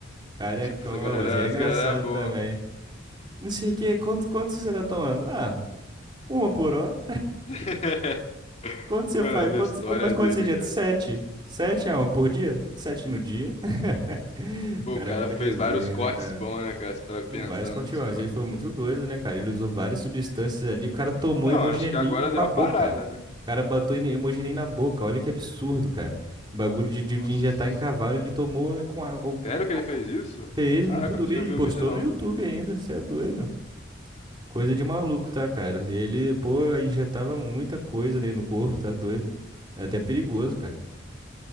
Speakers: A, on the right; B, on the left.
A: Carecão,
B: E tipo, essa galera,
A: ó, mas ele
B: essa
A: é engraçado
B: galera é boa.
A: também. Não sei o que, quanto, quanto você tá tomando? Ah, uma por hora.
B: <laughs>
A: Quanto você
B: Mano,
A: faz? Quanto,
B: as histórias
A: você come- mas quanto
B: dele,
A: você injeta?
B: cara.
A: Sete. Sete a uma por dia? Sete no dia. <laughs>
B: Pô,
A: Cara,
B: o cara
A: é muita
B: fez
A: resenha,
B: vários cortes
A: né, cara?
B: bons, né, cara? Se parar pra
A: O
B: pensar,
A: Vaz Cortival,
B: muitos
A: mas
B: cortes
A: ele foi
B: bons.
A: muito doido, né, cara? Ele usou várias substâncias ali. O cara tomou
B: Então,
A: hemogenin
B: acho que Uhum. agora
A: com
B: deu
A: a
B: uma
A: boca.
B: parada, né?
A: O cara botou hemo- hemogenin na boca. Olha que absurdo, cara. O bagulho de, de,
B: Nossa.
A: de injetar em cavalo, ele tomou com a, no
B: Sério
A: copo.
B: que ele fez isso?
A: Fez
B: Caraca,
A: muito doido
B: eu não tinha
A: e
B: visto
A: postou
B: o vídeo, não.
A: no YouTube
B: pô.
A: ainda, você é doido. Coisa de maluco, tá, cara? E ele, pô, injetava muita coisa ali no corpo, tá doido. É até perigoso, cara.